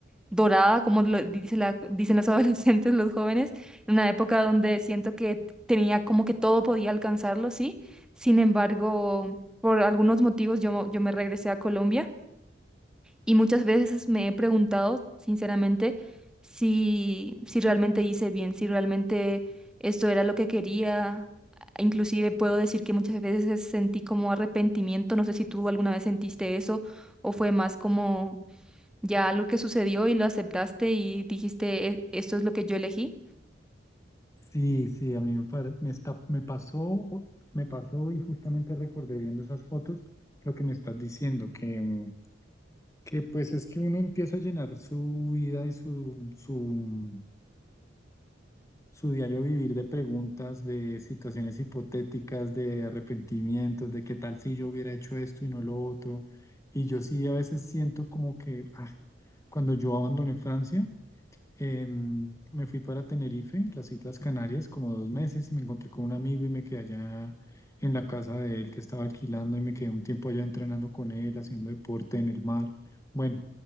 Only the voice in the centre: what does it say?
dorada, como lo dice la, dicen los <laughs> adolescentes, los jóvenes, en una época donde siento que tenía como que todo podía alcanzarlo, ¿sí? Sin embargo, por algunos motivos yo, yo me regresé a Colombia y muchas veces me he preguntado, sinceramente, si, si realmente hice bien, si realmente esto era lo que quería. Inclusive puedo decir que muchas veces sentí como arrepentimiento. No sé si tú alguna vez sentiste eso o fue más como ya algo que sucedió y lo aceptaste y dijiste, "E- esto es lo que yo elegí.